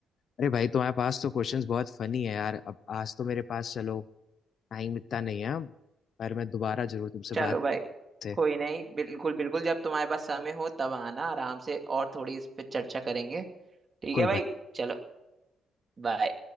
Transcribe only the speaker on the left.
अरे भाई तुम्हारे पास तो क्वेश्चंस बहुत फनी है यार अब आज तो मेरे पास चलो टाइम इतना नहीं है पर मैं दोबारा जरूर तुमसे
बात
से
बिल्कुल
भाई